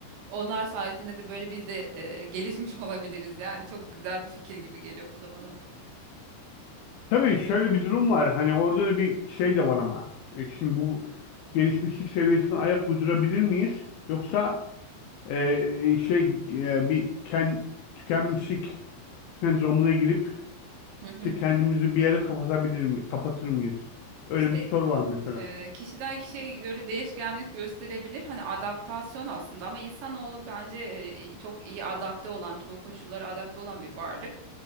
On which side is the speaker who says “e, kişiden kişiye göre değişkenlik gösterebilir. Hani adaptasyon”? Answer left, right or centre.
Right